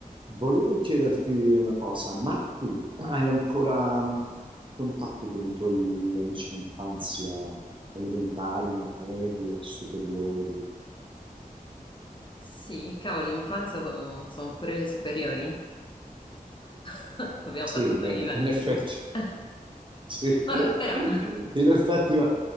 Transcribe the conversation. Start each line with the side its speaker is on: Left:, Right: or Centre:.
Right: Volevo chiederti una cosa, ma tu hai ancora mm, contatti con i tuoi amici d'infanzia elementari, medie, superiori?
Left: Sì, cavolo, l'infanzia sono, sono pure le superiori. <laughs> Abbiamo
Right: Sì,
Left: passato
Right: bene,
Left: il livello.
Right: in effetti,
Left: <laughs>
Right: sì.
Left: Vabbè,
Right: <laughs>
Left: però,
Right: In effetti, ma-